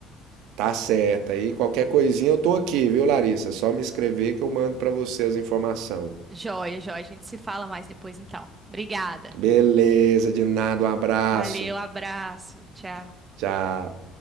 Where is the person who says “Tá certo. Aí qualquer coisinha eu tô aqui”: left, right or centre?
Right